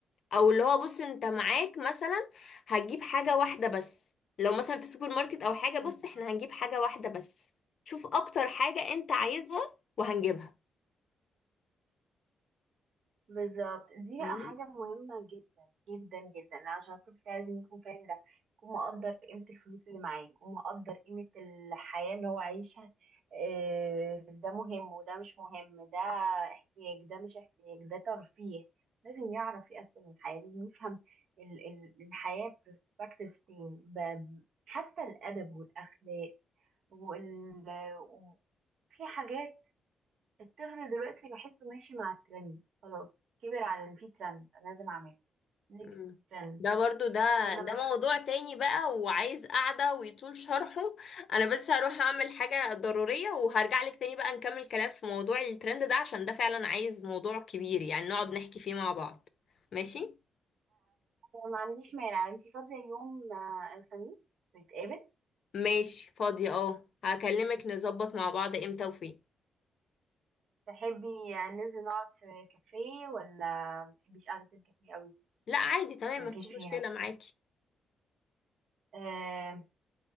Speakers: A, on the left; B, on the right.
A: او اللي هو بص انت معاك مثلا هتجيب حاجة واحدة بس لو مثلا في سوبر ماركت او حاجة بص
B: فاهمة
A: احنا هنجيب حاجة واحدة بس شوف اكتر حاجة انت عايزها وهنجيبها
B: بالظبط دي
A: فاهمة؟
B: بقى حاجة مهمة جدا جدا جدا عشان الطفل لازم يكون فاهم ده يكون مقدر قيمة الفلوس اللي معاه يكون مقدر قيمة الحياة اللي هو عايشها آه، ده مهم وده مش مهم ده احتياج ده مش احتياج ده ترفيه لازم يعرف يقسم الحياة لازم يفهم ال- ال- الحياة برسبكتيف تاني ب- حتى الأدب والأخلاق وال... و- في حاجات الطفل دلوقتي بحسه ماشي مع الترند خلاص كبر على ان في ترند انا لازم اعمله لبس
A: مم.
B: ترند
A: ده برضو
B: مش
A: ده
B: لبس اللي انا
A: ده
B: محتاجه
A: موضوع تاني بقى وعايز قعدة ويطول شرحه انا بس هروح اعمل حاجة ضرورية وهرجع لك تاني بقى نكمل كلام في موضوع الترند ده عشان ده فعلا عايز موضوع كبير يعني نقعد نحكي فيه مع بعض ماشي
B: أنا ما عنديش مانع انتي فاضية يوم آه، الخميس نتقابل
A: ماشي فاضية اه هكلمك نظبط مع بعض امتى وفين
B: تحبي آه، ننزل نقعد في كافيه ولا ما تحبيش قعدة الكافيه قوي
A: لا عادي تمام
B: مالكيش
A: مفيش
B: فيها
A: مشكلة معاكي
B: آه